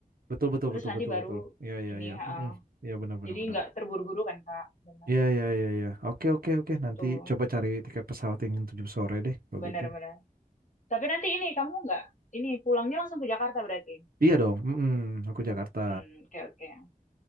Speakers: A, on the right; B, on the left.
A: Betul, betul,
B: Terus
A: betul,
B: nanti
A: betul,
B: baru
A: betul. Iya, iya,
B: ini,
A: iya.
B: ha,
A: Mm-mm. Iya, benar, benar,
B: jadi
A: benar.
B: nggak terburu-buru kan Kak? Benar
A: Iya, iya, iya, iya. Oke, oke, oke. Nanti
B: tuh,
A: coba cari tiket pesawat yang jam 7 sore deh, kalau
B: benar-benar.
A: gitu.
B: Tapi nanti ini kamu nggak ini pulangnya langsung ke Jakarta berarti.
A: Iya dong, mm-mm, aku Jakarta.
B: Hmm, oke oke.